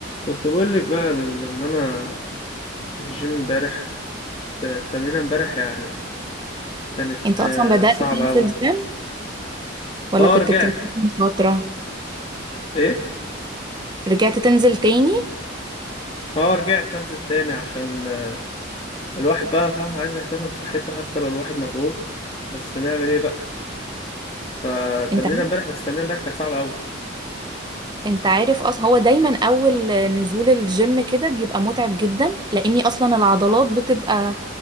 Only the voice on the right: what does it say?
انت اصلا
بدأت
تنزل
جيم ولا
كنت
بتنزل من فترة
رجعت تنزل تاني
انت عارف
انت عارف اصلا هو دايما اول نزول الجيم كده بيبقى متعب جدا لاني اصلا العضلات بتبقى